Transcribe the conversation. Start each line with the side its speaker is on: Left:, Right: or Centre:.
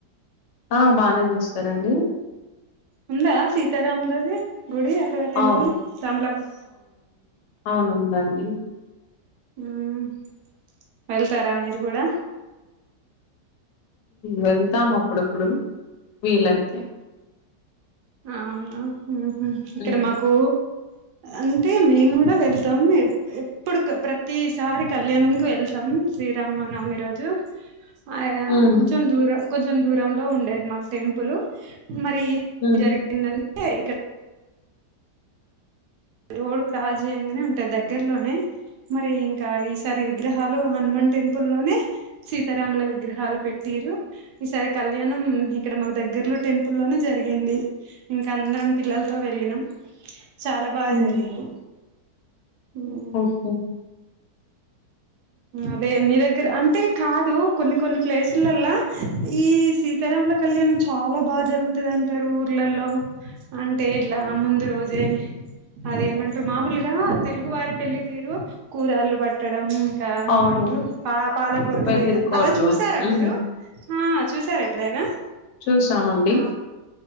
Left: ఆ బానే చూస్తారండి
Right: ఉందా సీతారాములది గుడి అక్కడ టెంపుల్
Left: అవును
Right: రామలామ్
Left: అవునుందండి
Right: ఊమ్ వెళ్తారా మీరు కూడా
Left: వెళ్తాం అప్పుడప్పుడు వీలైతే
Right: అవునా ఉహూ ఇక్కడ
Left: హ్మ్
Right: మాకు అంటే మేము కూడా వెళ్తాము ఎప్ ఎప్పుడు ప్రతిసారి కళ్యాణం కు వెళ్తాం శ్రీరామనవమి రోజు ఆ
Left: హ్మ్
Right: కొంచెం దూర కొంచెం దూరంలో ఉండేది మాకు టెంపుల్ మరి
Left: హ్మ్
Right: జరి ఏంటంటే ఇక్కడ రోడ్ క్రాస్ చేయగానే ఉంటది దగ్గర్లోనే మరి ఇంకా ఈ సారి విగ్రహాలు హనుమాన్ టెంపుల్ లోనే సీతారాముల విగ్రహాలు పెట్టిరు ఈసారి కళ్యాణం ఇక్కడ మాకు దగ్గర్లో టెంపుల్ లోనే జరిగింది ఇంకా అందరం పిల్లలతో వెళ్ళినం చాలా బాగా
Left: హ్మ్
Right: జరిగింది ఉమ్
Left: ఓకే.
Right: అదే మీ దగ్గర అంటే కాదు కొన్ని కొన్ని ప్లేసులల్లా ఈ సీ తరాముల కళ్యాణం చాలా బాగా జరుగుతది అంటారు ఊర్లలల్లో అంటే ఇట్లా ముందు రోజే అదేమంటరు మామూలుగా తెలుగు వారి పెళ్లి తీరు కూరాళ్ళు బట్ కుట్టడం ఇంకా
Left: అవును.
Right: ఏమంటారు పా పాల పొరక
Left: వెదురుకోళ్ళు.
Right: వేయడం అలా చూసారా
Left: హ్మ్.
Right: మీరు ఆ చూసారా ఎప్పుడైనా
Left: చూసామండి
Right: ఆ